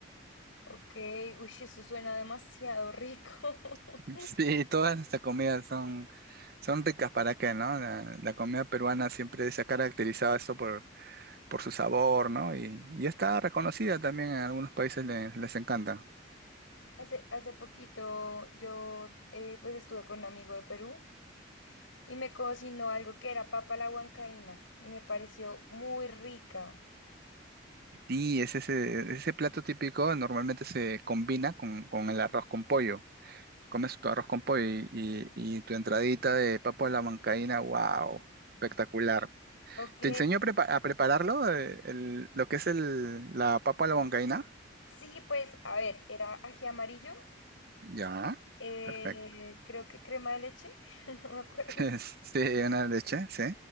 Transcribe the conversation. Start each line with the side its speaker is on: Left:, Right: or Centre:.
Left: Ok, uy, eso suena demasiado rico. <laughs>
Right: <laughs> Sí, todas nuestras comidas son, son ricas para qué, ¿no? La, la comida peruana siempre se ha caracterizado eso por, por su sabor, ¿no? Y, y está reconocida también en algunos países, le- les encanta.
Left: Hace, hace poquito yo eh, pues estuve con un amigo de Perú y me cocinó algo que era papa a la huancaína y me pareció muy rica.
Right: Sí, es ese, ese plato típico normalmente se combina con, con el arroz con pollo. Comes tu arroz con pollo y, y- y tu entradita de papa a la huancaína, wow, espectacular.
Left: Ok,
Right: ¿Te enseñó a, prepa- a prepararlo, eh, el- lo que es el, la papa a la huancaína?
Left: sí, pues a ver, era ají amarillo,
Right: Ya,
Left: eh,
Right: perfecto.
Left: creo que crema de leche, <laughs> no me acuerdo.
Right: <laughs> Sí, una leche, sí.